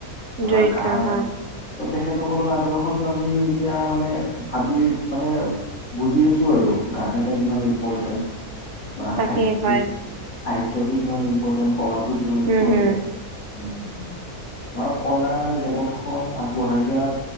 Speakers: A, on the left; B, on the right.
A: মানে
B: দৰিদ্ৰ
A: গান
B: হা,
A: প্ৰত্যেক তেখেতসকলৰ আদৰ্শতটো আমি এতিয়া মানে ভাবি মানে বুজি আছো আৰু গান এটা কিমান ইম্পৰ্টেণ্ট বা
B: তাকে
A: সাহিত্যিক
B: হয়।
A: সাহিত্যতো কিমান ইম্পৰ্টেণ্ট কলাটো কিমান ইম্পৰ্টেণ্ট
B: উম, হুম,
A: আমাৰ কলা জগতখন আগবঢ়াই দিয়া